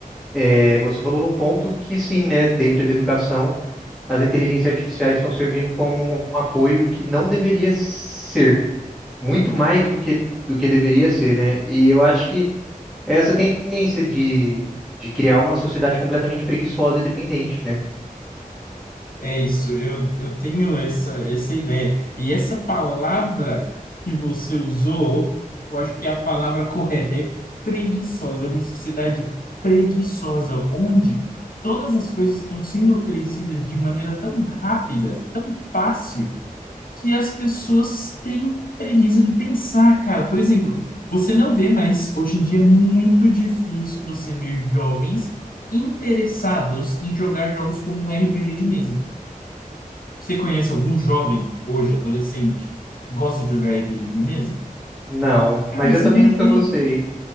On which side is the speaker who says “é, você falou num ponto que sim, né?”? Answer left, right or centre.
Centre